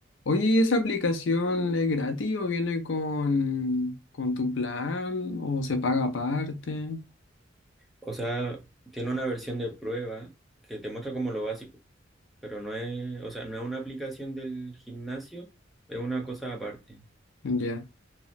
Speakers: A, on the left; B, in the centre.
A: Oye, ¿y esa aplicación es gratis o viene con, con tu plan o se paga aparte?
B: O sea, tiene una versión de prueba que te muestra como lo básico, pero no es, o sea, no es una aplicación del gimnasio, es una cosa aparte.
A: Ya.